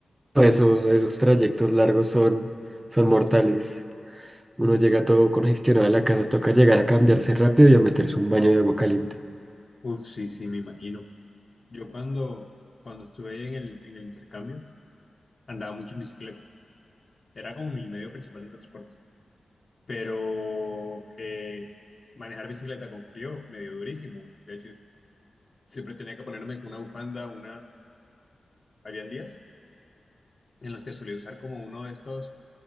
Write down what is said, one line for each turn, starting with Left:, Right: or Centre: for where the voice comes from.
Right: No, Esos, esos trayectos largos son, son mortales. Uno llega todo congestionado a la casa, toca llegar a cambiarse rápido y a meterse un baño de agua caliente.
Left: ¿no? Uf, sí, sí, me imagino. Yo cuando, cuando estuve en el, en el intercambio andaba mucho en bicicleta, era como mi medio principal de transporte, pero eh, manejar bicicleta con frío me dio durísimo. De hecho, siempre tenía que ponerme con una bufanda, una... Habían días en los que solía usar como uno de estos,